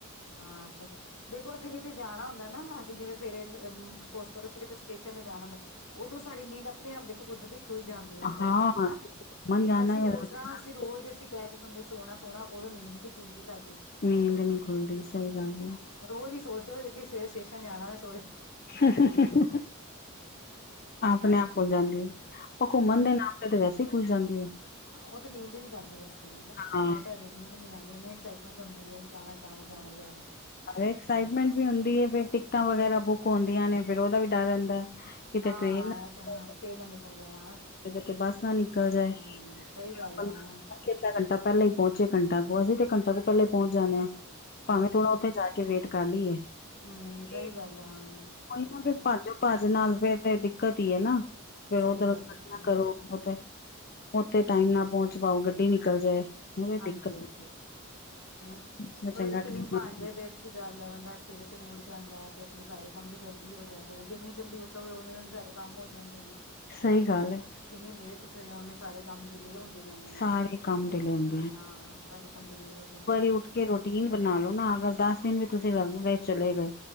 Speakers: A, on the left; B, on the left.
A: ਹਾਂ, ਸਹੀ ਗੱਲ। ਦੇਖੋ ਅਸੀਂ ਕਿਤੇ ਜਾਣਾ ਹੁੰਦਾ ਨਾ ਅਸੀਂ ਜਿਵੇਂ ਸਵੇਰੇ ਅ ਸਪੋਸ ਕਰੋ ਅਸੀਂ ਕਿਤੇ ਸਟੇਸ਼ਨ ਤੇ ਜਾਣਾ ਨਾ ਉਦੋਂ ਸਾਡੀ ਨੀਂਦ ਆਪਣੇ ਆਪ ਦੇਖੋ ਕੁਦਰਤੀ ਖੁੱਲ ਜਾਂਦੀ ਉਸ ਟਾਈਮ
B: ਹਾਂ
A: ਦੀ ਹਨਾਂ
B: ਮਨ
A: ਤੇ
B: ਜਾਣਾ
A: ਅਸੀਂ
B: ਜਾਂ
A: ਉਸ ਸਰ੍ਹਾਂ ਅ ਰੋਜ਼ ਅਸੀਂ ਕਹਿ ਕੇ ਸੁਣਦੇ ਸੋਣਾ ਸੋਣਾ ਉਦੋਂ ਨੀਂਦ ਨੀ ਖੁੱਲਦੀ ਸਾਡੀ।
B: ਨੀਂਦ ਨ੍ਹੀਂ ਖੁੱਲਦੀ ਸਹੀ ਗੱਲ
A: ਹਾਂ
B: ਐ।
A: ਰੋਜ਼ ਈ ਸੋਚੋ <unintelligible> ਸਵੇਰੇ ਸਟੇਸ਼ਨ ਜਾਣਾ ਐ ਸੋਜੋ।
B: <unintelligible> ਆਪਣੇ
A: ਨਾ
B: ਆਪ ਖੁੱਲ ਜਾਂਦੀ ਏ, ਉਹ ਘੁੰਮਣ
A: ਹੂੰ
B: ਦੇ ਨਾਲ। ਫਿਰ ਤੇ ਵੈਸੇ ਹੀ ਖੁੱਲ ਜਾਂਦੀ ਏ।
A: ਹਾਂ ਉਹ ਤੇ ਨੀਂਦ ਹੀ ਨੀ ਪੈਂਦੀ ਵੈਸੇ ਨਾ <unintelligible>
B: ਹਾਂ।
A: ਨੀਂਦ ਨੀ ਆਂਦੀ ਇਨੀ ਐਕਸਾਈਟਮੈਂਟ ਹੁੰਦੀ ਐ। ਜਾਣਾ ਜਾਣਾ ਜਾਣਾ ਜਾਣਾ।
B: ਐਕਸਾਈਟਮੈਂਟ ਵੀ ਹੁੰਦੀ ਐ, ਫਿਰ ਟਿਕਟਾਂ ਵਗੈਰਾ ਬੁੱਕ ਹੁੰਦੀਆਂ ਨੇ ਫੇਰ ਉਹਦਾ ਵੀ ਡਰ ਰਹਿੰਦਾ। ਕਿਤੇ
A: ਹਾਂ
B: ਟ੍ਰੇਨ
A: ਹਾਂ
B: ਨਾ
A: ਇਹ ਤਾਂ ਤੇਲ ਨਾ ਨਿਕਲ ਜਾਏ ਹਾਂ।
B: ਤੇ ਬੱਸ ਨਾ ਨਿਕਲ ਜਾਏ।
A: ਹਾਂ
B: <unintelligible>
A: ਸਹੀ ਗੱਲ ਹੈ ਹਾਂ
B: ਕਿੰਨਾ ਘੰਟ ਪਹਿਲੇ ਹੀ ਪਹੁੰਚੇ ਘੰਟਾ ਕੋ ਅਸੀਂ ਤੇ ਘੰਟਾ ਕੋ ਪਹਿਲੇ ਪਹੁੰਚ ਜਾਣੇ ਆਂ।
A: ਅੱਛਾ
B: ਥੋੜਾ
A: ਅੱਛਾ
B: ਉੱਥੇ
A: ਹਾਂ
B: ਜਾ ਕੇ ਵੇਟ ਕਰ ਲਈਏ,
A: ਹੂੰ
B: ਕਿਉਂਕਿ
A: ਸਹੀ ਗੱਲ ਹੈ ਹਾਂ ਸਹੀ
B: ਉਹੀ ਨਾ
A: ਗੱਲ
B: ਫਿਰ
A: ਹੈ
B: ਭਾਜੋ ਭੱਜ ਨਾਲ ਫੇਰ ਤੇ ਦਿੱਕਤ ਈ ਏ ਨਾ ਫੇਰ
A: ਸਹੀ
B: ਉਹ <unintelligible>
A: ਗੱਲ ਹੈ
B: ਕਰੋ। ਉਥੇ ਉੱਥੇ ਟਾਈਮ ਨਾ ਪਹੁੰਚ ਪਾਓ ਗੱਡੀ ਨਿਕਲ ਜਾਏ। ਉਹ
A: ਹਾਂਜੀ
B: ਦਿੱਕਤ
A: ਹਾਂਜੀ, ਹਨਾਂ ਕੋਈ
B: ਹੈ। ਚੰਗਾ
A: ਰੂਟੀਨ
B: ਟਾਈਮ
A: ਬਣ
B: ਨਾਲ,
A: ਜੇ ਤੇ ਅੀ ਗੱਲ ਐ ਬੰਦਾ ਸਵੇਰੇ-ਸਵੇਰੇ ਉੱਠ ਜਾਂਦਾ ਤੇ ਆਪਣੇ ਸਾਰੇ ਕੰਮ ਵੀ ਜਲਦੀ ਹੋ ਜਾਂਦੇ ਜਿੰਨੀ ਜਲਦੀ ਉਠ <unintelligible> ਸਾਰੇ ਕੰਮ ਹੋ ਜਾਂਦੇ ਨੇ।
B: ਸਹੀ ਗੱਲ ਏ।
A: ਜਿੰਨੀ ਲੇਟ ਉੱਠ ਦਿਆ ਉਨੇ ਸਾਰੇ ਕੰਮ ਡੀਲੇ ਹੁੰਦੇ ਜਾਂਦੇ ਨੇ।
B: ਸਾਰੇ ਕੰਮ ਡਿਲੇ ਹੁੰ
A: ਨਾ ਸਾਰੇ ਕੰੰਮ ਡਿਲੇ ਹੋ ਜਾਂਦੇ ਨੇ।
B: ਉੱਠ ਕੇ ਰੋਟੀਨ ਬਣਾ ਲੋ ਨਾ ਅਗਰ ਦਸ ਦਿਨ ਵੀ ਤੁਸੀਂ ਲਗਗੇ ਚਲੇ ਗਏ।